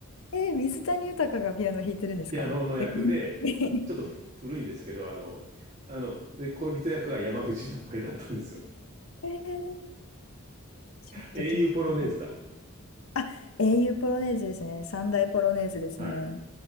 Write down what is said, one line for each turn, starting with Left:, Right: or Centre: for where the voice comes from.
Left: えー、水谷豊がピアノ弾いてるんですか
Right: ピアノの役で、
Left: <laughs> え、かっこいい
Right: ちょっとふ古いんですけど、あの、あの、で、恋人役が山口百恵だったんですよね。
Left: <laughs> えーちょっと気になるか。
Right: 英雄ポロネーズだ。
Left: あ、英雄ポロネーズですね。三大ポロネーズですね。
Right: はい。